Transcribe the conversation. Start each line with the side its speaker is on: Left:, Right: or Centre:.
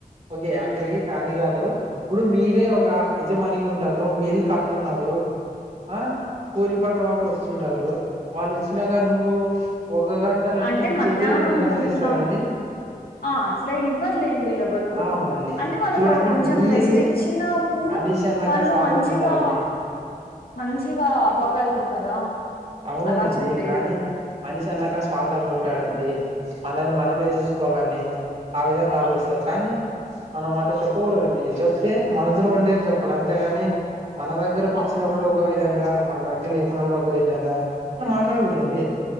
Right: ఒకే అగ్రీ. అది కాదు ఇప్పుడు మీరే ఒక యజమానిగా ఉంటారు. మీ ఇల్లు కడుతున్నారు. ఆ కూలి పనుల వాళ్ళు వస్తుంటారు. వాళ్ళు వచ్చినాక నువ్వు ఒక గంట రెస్ట్
Left: అంటే
Right: ఇచ్చేది.
Left: మధ్యాహ్నం
Right: రెండు గంటలు
Left: పూట్ల
Right: ఇస్తారండి.
Left: ఆ అట్లా ఇవ్వర్ లేండి. ఇపుడు
Right: ఆ మళ్ళీ
Left: అంటే వాళ్ళకి
Right: చూడండి
Left: కొంచెం
Right: మీరు
Left: రెస్ట్ ఇచ్చిన కూడా
Right: మనిషి అన్నాక
Left: వాళ్ళు
Right: స్వార్థంగా
Left: మంచిగా
Right: ఉంటారండి
Left: మంచిగా అవ్వగలరు. కదా
Right: అవునండి.
Left: అలా చెప్పేది
Right: కానీ మనిషి అన్నాక స్వార్థంగా ఉంటాడండి. మనది మనమే చూసుకోవాలని ఆ విధంగా. ఆలోచిస్తారు.
Left: అ-
Right: కానీ మనం మాట చెప్పకూడదండి చెప్తే మనసులో ఉండేది చెప్పాలి. అంతేగాని మన దగ్గరకి
Left: అవునండి
Right: వచ్చిన కూడా ఒక విధంగా మన దగ్గర లేకున్నప్పుడు ఒక వి అప్పుడు మాట్లాడదాం లేండి.